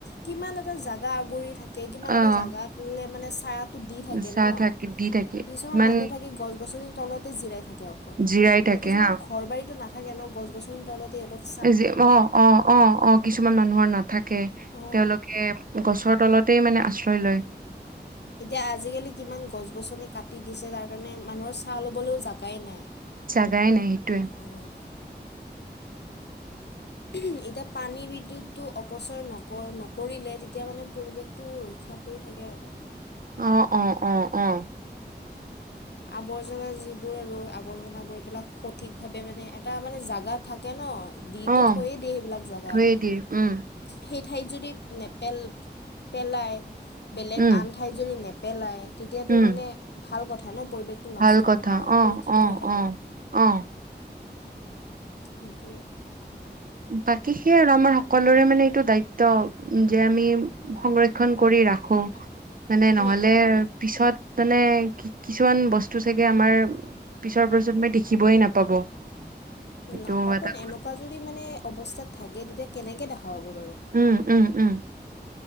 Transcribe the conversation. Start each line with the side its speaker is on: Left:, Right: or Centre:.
Left: কিমান এটা জেগা আগুৰি থাকে, কিমান
Right: অ',
Left: এটা জেগাতৈ মানে ছাইাত- দি থাকে
Right: চাহ
Left: ন,
Right: থাকি দি থাকে
Left: কিছুমান
Right: কিমান
Left: মানুহ থাকে গছ গছনি তলতে জিৰাই থাকে অ। কন,
Right: জিৰাই
Left: হেই
Right: থাকে
Left: কিছুমান
Right: হা
Left: ঘৰ বাৰীটো নাথাকে ন গছ গছনিৰ তলতে এইটো -
Right: ইজি অঁ অঁ অঁ অঁ। কিছুমান মানুহৰ নাথাকে
Left: অ
Right: তেওঁলোকে গছৰ তলতেই মানে আশ্ৰয় লয়।
Left: এতিয়া আজিকালি কিমান গছ গছনি কাটি দিছে তাৰ কাৰণে মানুহৰ চাহ ল'বলৈও জাগাই নাই।
Right: জাগাই নাই সেইটোৱে।
Left: অ এতিয়া পানী বিদ্যুৎটো অপচয় নক নকৰিলে তেতিয়া মানে পৰিৱেশ। টো ৰক্ষা পৰি থাকে আকৌ।
Right: অঁ অঁ অঁ অঁ।
Left: আৱৰ্জনা যিবোৰ ৰোগ আৱৰ্জনাবোৰ এইবিলাক সঠিক ভাৱে মানে এটা মানে জেগা থাকে ন। দি তো
Right: অ',
Left: থইয়ে দিয়ে সেইবিলাক জেগা।
Right: থৈয়ে দিয়ে উম,
Left: হেই ঠাইত যদি নেপেল নেপেলাই বেলেগ
Right: উম,
Left: আন ঠাইত। থাইত যদি নেপেলাই, তেতিয়াটো
Right: উম,
Left: মানে ভাল কথা ন পৰিৱেশ- নষ্ট
Right: ভাল কথা
Left: নহয়
Right: অ',
Left: সুৰক্ষিত
Right: অ',
Left: হৈ থাকে।
Right: অ', অ',
Left: সেইটোৱে।
Right: বাকী সেয়া আৰু আমাৰ সকলোৰে মানে এইটো দায়িত্ব যে আমি সংৰক্ষণ কৰি ৰাখোঁ।
Left: <inaudible>
Right: মানে নহ'লে
Left: উম উম
Right: পিছত মানে কি কিছুমান বস্তু চাগে আমাৰ। পিছৰ পিছত মই দেখিবই নাপাব। সেইটো
Left: নাপাব
Right: এটা
Left: এনেকুৱা যদি মানে অৱস্থাত থাকে তেতিয়া কেনেকে দেখা পাব বাৰু।
Right: উম উম উম।